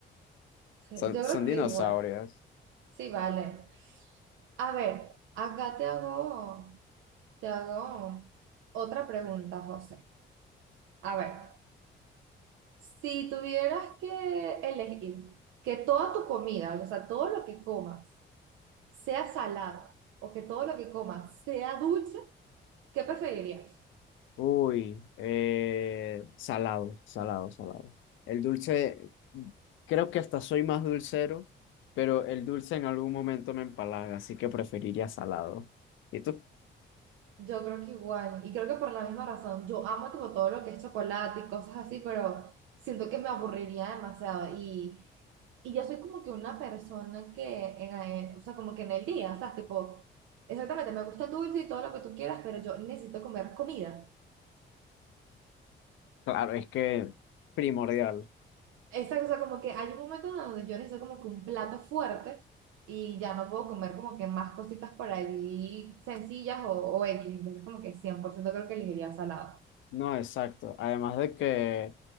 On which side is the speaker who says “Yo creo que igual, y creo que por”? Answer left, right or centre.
Right